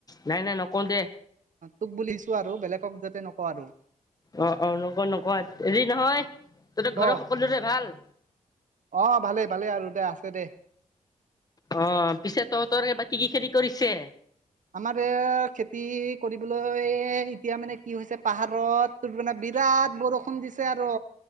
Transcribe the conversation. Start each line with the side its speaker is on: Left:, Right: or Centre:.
Left: নাই নাই নকও দে।
Right: তোক বুলি দিছো আৰু বেলেগক যাতে নকওঁ আৰু।
Left: অ অ নকও নকও হেৰি নহয়, তহঁতৰ
Right: ক
Left: ঘৰৰ সকলোৰে ভাল?
Right: অ ভালেই ভালেই আৰু দে আছে দে।
Left: অ পিছে তহঁতৰ বাকী কি কি খেতি কৰিছে?
Right: আমাৰ এ খেতি কৰিবলৈএ এতিয়া মানে কি হৈছে পাহাৰত তোৰ মানে বিৰাট বৰষুণ দিছে আৰু।